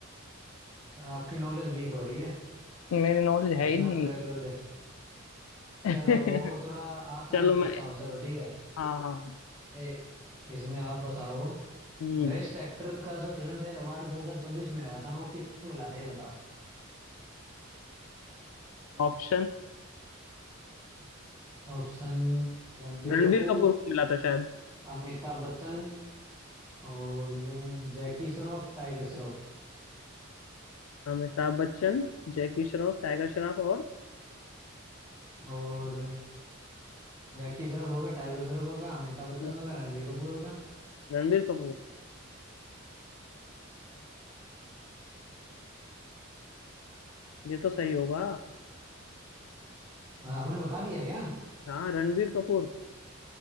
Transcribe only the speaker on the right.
आपकी नॉलेज वीक हो रही है
जिसमें
आप
रेगुलर देख
चलो और थोड़ा आसान
पूछता
हूँ चलो ठीक है
एक इसमें आप बताओ
बेस्ट एक्टर का जो फिल्म फेयर अवार्ड 2024 में हुआ था ना वो किसको मिला था ये बताओ
ऑप्शन रणबीर
कपूर
अमिताभ बच्चन और जैकी श्रॉफ टाइगर श्रॉफ
और जैकी श्रॉफ हो गया टाइगर श्रॉफ हो गया अमिताभ
बच्चन हो गया रणबीर कपूर हो गया
अ, आपने बता दिया क्या